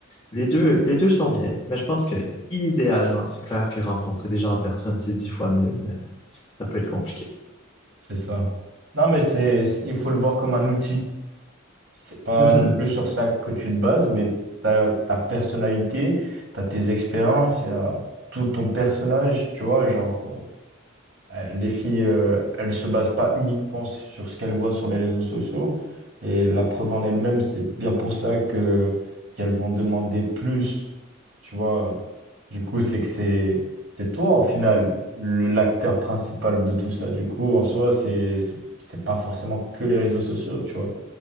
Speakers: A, on the left; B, on the right.
A: les deux, les deux sont bien. Mais je pense que idéalement, c'est clair que rencontrer des gens en personne, c'est dix fois mieux, mais ça peut être compliqué.
B: C'est ça. Non, mais c'est, c'est- il faut le voir comme un outil. C'est pas
A: Mhm.
B: non plus sur ça que tu te bases, mais t'as ta personnalité, t'as tes expériences, il y a tout ton personnage, tu vois, genre. Euh, Les filles, euh, elles se basent pas uniquement sur ce qu'elles voient sur les réseaux sociaux. Et la preuve en elle-même, c'est bien pour ça que qu'elles vont demander plus. Tu vois, du coup, c'est que c'est c'est toi au final le l'acteur principal de tout ça. Du coup, en soi, c'est c'est c'est pas forcément que les réseaux sociaux. Tu vois,